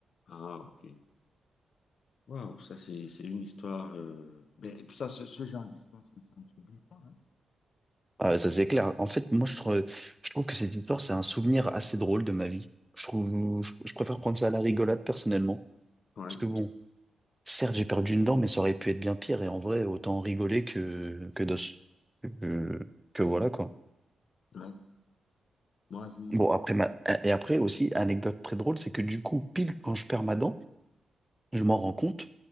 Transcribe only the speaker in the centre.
Ah, ouais, ça c'est clair. En fait, moi, je, trouve- je trouve que cette histoire, c'est un souvenir assez drôle de ma vie. Je trouve, je, je préfère prendre ça à la rigolade personnellement.
Parce que bon, certes, j'ai perdu une dent, mais ça aurait pu être bien pire. Et en vrai, autant rigoler que, que d'os. que que voilà, quoi.
Bon,
après, ma... et après aussi, anecdote très drôle, c'est que du coup, pile quand je perds ma dent, Je m'en rends compte